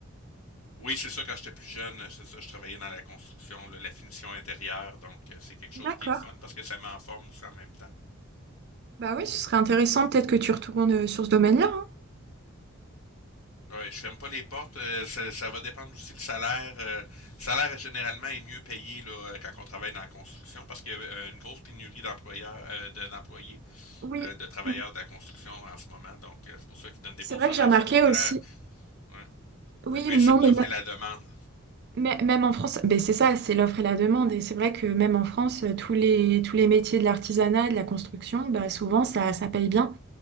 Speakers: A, on the left; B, on the right.
A: Oui, c'est ça, quand j'étais plus jeune, c'est ça, je travaillais dans la construction, là, la finition intérieure, donc euh, c'est quelque
B: D'accord.
A: chose qui est le fun parce que ça met en forme aussi en même temps.
B: Bah oui, ce serait intéressant peut-être que tu retournes euh, sur ce domaine-là. hein.
A: Ouais, je ferme pas les portes. Euh, ça, ça, va dépendre aussi le salaire. Euh, le salaire généralement est mieux payé là, euh, quand on travaille dans la construction parce qu'il y a euh, une grosse pénurie d'employeurs, euh, de- d'employés
B: Oui,
A: euh, de travailleurs
B: Mm.
A: de la construction en ce moment. Donc, euh, c'est pour ça qu'ils donnent des
B: c'est
A: bons
B: vrai
A: salaires.
B: que j'ai remarqué
A: C'est tout le temps
B: aussi.
A: euh, ouais,
B: Oui,
A: le principe
B: non,
A: de
B: mais,
A: l'offre et la demande.
B: mê- mê- même en France, ben c'est ça, c'est l'offre et la demande. Et c'est vrai que même en France, euh, tous les, tous les métiers de l'artisanat, de la construction, bah, souvent ça, ça paye bien.